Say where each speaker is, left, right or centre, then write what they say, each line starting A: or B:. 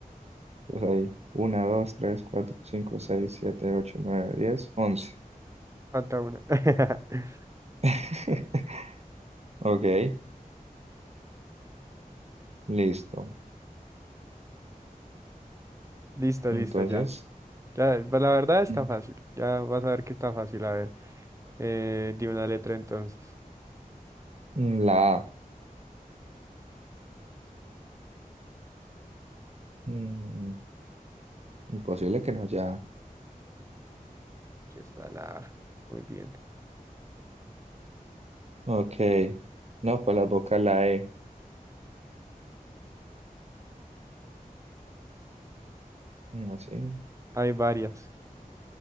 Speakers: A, on the right; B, on the right.
A: Entonces ahí, uno dos tres cuatro cinco seis siete ocho nueve diez once
B: Falta una. <laughs>
A: <laughs> Ok, listo.
B: Listo,
A: Entonces,
B: listo, ya. Ya, eh, pues, la verdad está
A: mm,
B: fácil. Ya vas a ver que está fácil. A ver, eh, di una letra entonces.
A: mm, la A. Mm, imposible que no haya
B: Aquí está la A. Muy bien.
A: Ok. No, pues las boca la E. Mm, Así.
B: Hay varias.